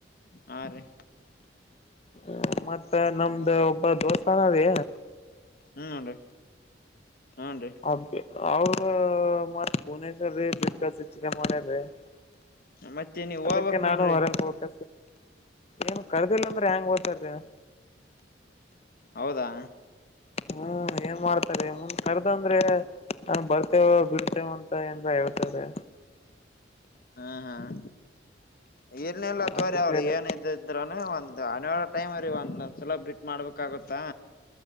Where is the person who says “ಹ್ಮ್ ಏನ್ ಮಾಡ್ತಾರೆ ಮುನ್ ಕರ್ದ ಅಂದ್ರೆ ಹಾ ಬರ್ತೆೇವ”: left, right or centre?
Left